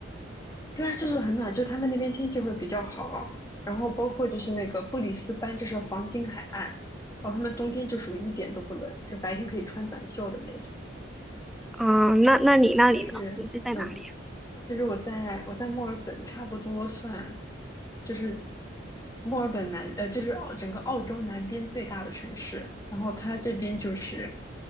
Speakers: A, on the left; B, in the centre.
A: 对啊，就是很暖，就他们那边天气会比较好，然后包括就是那个布里斯班，就是黄金海岸，然后他们冬天就属于一点都不冷，就白天可以穿短袖的那种，
B: 嗯，那那你那里呢？
A: 但是嗯，
B: 你是在哪里呀？
A: 就是我在我在墨尔本，差不多算就是墨尔本南呃，就是澳整个澳洲南边最大的城市。然后它这边就是